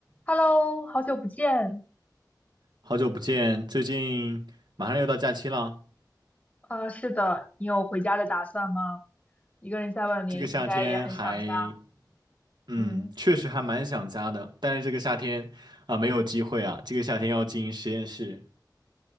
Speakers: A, on the left; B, on the right.
A: Hello，好久不见。
B: 好久不见，最近马上又到假期了，
A: 啊、是的，你有回家的打算吗？一个人在外面应该也很想家。
B: 这个夏天还，嗯，
A: 嗯，
B: 确实还蛮想家的，但是这个夏天啊，没有机会啊，这个夏天要进实验室。